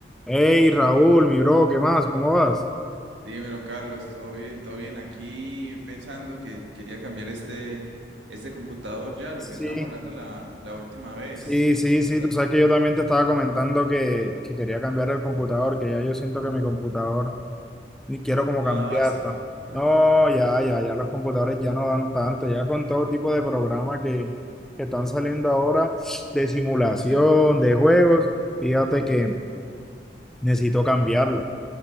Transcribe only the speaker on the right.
Dímelo, Carlos, ¿todo bien? ¿Todo bien? Aquí pensando que quería cambiar este, este computador ya, lo
que estábamos hablando la, la última vez.
¿Te acuerdas?
No
da abasto. <laughs>
Sí.